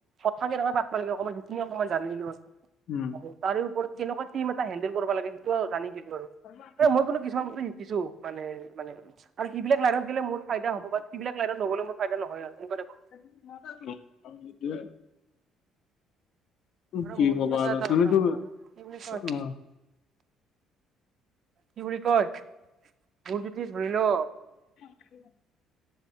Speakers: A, on the right (about 55°); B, on the left (about 65°).
A: কথা কেনেকে পাত বা লাগে অকণমান সেইখিনি অকমান জানিলো।
B: উম'
A: আৰু তাৰে ওপৰত কেনেকুৱা টিম এটা হেণ্ডেল কৰিব লাগে সেইটো জানিছিলো আৰু,
B: উম।
A: এ মই কোনো কিছুমান বস্তু শিকিছো। মানে মানে আৰু সিবিলাক লাইনত গেলে মোৰ ফাইদা হ'ব বািবিলাক লাইনত নগ'লে মোৰ ফাইদা নহয় আৰু এনেকুৱা টাইপৰ।
B: <inaudible>
A: আৰু
B: কি
A: মোৰ
B: ক'বা
A: যদি এটা
B: <unintelligible>
A: এটা
B: তুমিতো
A: কথা কওঁ কি বুলি কয়
B: অ'।
A: কি বুলি কয়, মোৰ যদি ধৰি ল।
B: <inaudible>